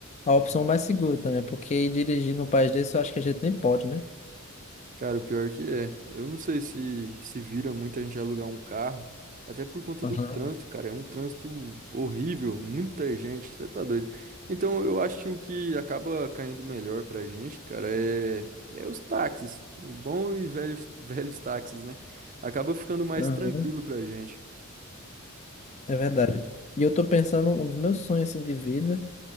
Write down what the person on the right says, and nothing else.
Cara, o pior que é. Eu não sei se se vira muita gente alugar um carro, até por conta
do trânsito, cara. É um trânsito horrível, muita gente, você tá doido. Então, eu acho que o que acaba caindo melhor pra gente, cara, é, é os táxis. O bom e velho, <laughs> velhos táxis, né? Acaba ficando mais
tranquilo pra gente.